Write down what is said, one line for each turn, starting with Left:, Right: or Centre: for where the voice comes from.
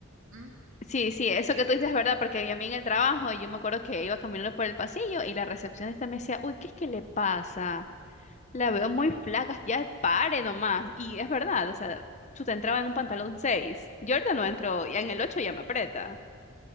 Right: ¿Mm?
Left: sí, sí, eso
Right: ¿Qué?
Left: que tú dices es verdad, porque a mí en el trabajo, yo me acuerdo que iba caminando por el pasillo y la recepcionista me decía, uy, ¿qué es que le pasa? La
Right: Mm.
Left: veo muy flaca, ya pare nomás. Y es verdad, o sea, chuta, entraba en un pantalón seis, Yo ahorita no entro, ya en el 8 ya me aprieta.